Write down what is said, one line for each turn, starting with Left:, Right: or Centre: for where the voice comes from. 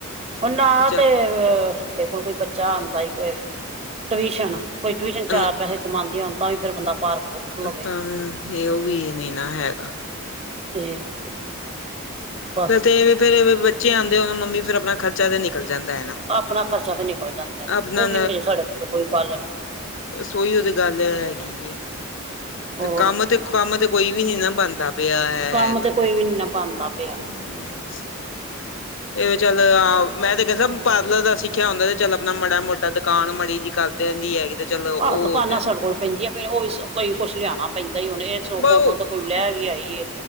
Right: ਉਹ ਨਾ
Left: ਚੱਲ
Right: ਤੇ ਅ ਸਾਡੇ ਕੋਲ ਕੋਈ ਬੱਚਾ ਆਂਦਾ ਏ, ਟਊਸ਼ਨ। ਕੋਈ ਟਿਊਸ਼ਨ ਚਾਰ
Left: ਅ
Right: ਪੈੇਹੇ ਕਮਾਂਦੀਆਂ ਹੋਣ, ਤਾਂ ਵੀ ਫਿਰ ਬੰਦਾ ਪਾਰ ਪੂਰ ਲਵੇ
Left: ਤਾਂ ਹੇ, ਓਵੀ ਨੀ, ਨਾ ਹੈਗਾ।
Right: ਤੇ ਬਸ
Left: ਫਿਰ ਤੇ ਏਵੇ ਫੇਰ ਬੱਚੇ ਆਂਦੇ, ਉਹ ਮੰਮੀ ਫਿਰ ਆਪਣਾ ਖਰਚਾ ਤੇ ਨਿਕਲ ਜਾਂਦਾ ਏ ਨਾ।
Right: ਆਪਣਾ ਖਰਚਾ ਤੇ ਨਿਕਲ ਜਾਂਦਾ ਏ,
Left: ਆਪਣਾ
Right: ਉਹ ਵੀ ਨੀ ਹਜੇ ਸਾਡੇ ਕੋਲ ਕੋਈ ਪਾਲਨ
Left: ਸੋਈ ਉਹਦੀ ਗੱਲ ਹੈਗੀ ਏ।
Right: ਹੋਰ
Left: ਤੇ ਕੰਮ ਤੇ, ਕੰਮ ਤੇ ਕੋਈ ਵੀ ਨੀ ਨਾ ਬਣਦਾ ਪਿਆ ਹੈ, ਹੈ।
Right: ਮਤਲਬ, ਕੋਈ ਵੀ ਨੀ ਨਾ ਬਣਦਾ ਪਿਆ।
Left: ਹੂੰ, ਬਸ। ਇਹ ਚੱਲ, ਆ 'ਮੈਂ'ਤੇ ਕਹਿੰਦਾ ਪਾਰਲਰ ਦਾ ਸਿੱਖਿਆ ਹੁੰਦਾ ਤੇ ਚੱਲ ਆਪਣਾ ਮਾੜਾ ਮ੍ਹੋਟਾ ਕਾਣ ਮਾੜੀ ਜੀ, ਕਰ ਦੇਂਦੀ ਹੈਗੀ। ਤੇ ਚੱਲ ਉਹ
Right: ਆਹ ਦੁਕਾਨਾਂ ਸਾਡੇ ਕੋਲ ਭੈਣਜੀ ਆ ਫਿਰ ਓ ਵੀ ਕਈ ਕੁਛ ਲਿਆਉਣਾ ਪੈਂਦਾ ਇ ਹੁਣ ਏ ਸੁਖ
Left: ਬਹੁ
Right: ਕੋਈ ਲੈ ਵੀ ਆਈ ਏ